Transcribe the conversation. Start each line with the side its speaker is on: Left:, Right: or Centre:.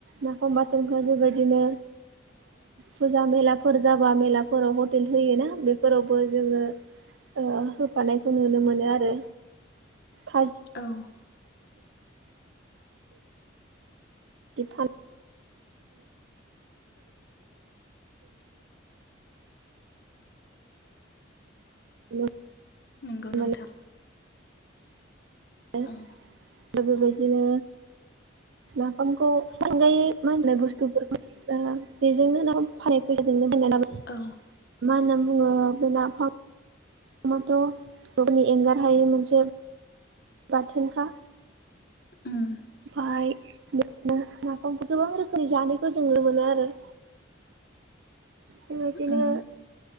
Right: नाफाम बाथोनखौहाय बेबायदिनो फुजा मेलाफोर जाबा मेलाफोराव हटेल होयोना बेफोरावबो जोङो ओ होफानायखौ नुनो मोनो आरो खाजि
Left: औ
Right: बिफान <inaudible>
Left: नोंगौ नोंथां
Right: मोनो आरो
Left: औ
Right: बेबायदिनो नाफामखौ <unintelligible> मा होनलाय बुस्थुफोरखौ बेजोंनो ना फाननाय फैसाजोंनो बायना लाबो <unintelligible>
Left: औ
Right: मा होनना बुङो बे नाफाम माथ' बरनि एंगारहायै मोनसे बाथोनखा
Left: उम
Right: ओमफाय बिनो नाफामखौ गोबां रोखोमनि जानायखौ जों नुनो मोनो आरो बेबायदिनो
Left: उम